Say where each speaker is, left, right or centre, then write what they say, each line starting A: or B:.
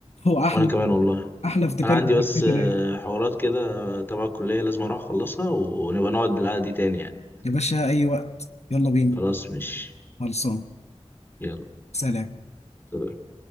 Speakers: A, on the left; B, on the left.
A: هو احلى
B: وانا كمان والله
A: احلى افتكار
B: انا عندي
A: للذكريات
B: بس آه،
A: الرايقة.
B: حوارات كده آه، تبع الكليه لازم اروح اخلصها ونبقى نقعد القعده دي تاني يعني
A: يا باشا اي وقت يلا بينا
B: خلاص مش
A: خلصان
B: يلا
A: سلام
B: سلام.